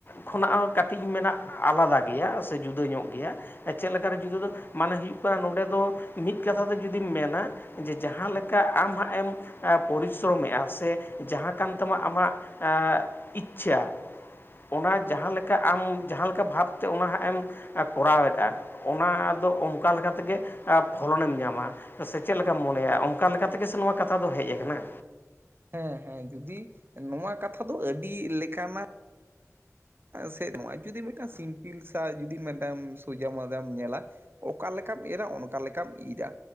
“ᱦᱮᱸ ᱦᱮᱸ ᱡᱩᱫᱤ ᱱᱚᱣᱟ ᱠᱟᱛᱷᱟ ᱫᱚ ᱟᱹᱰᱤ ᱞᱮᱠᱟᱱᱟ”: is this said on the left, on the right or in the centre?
Right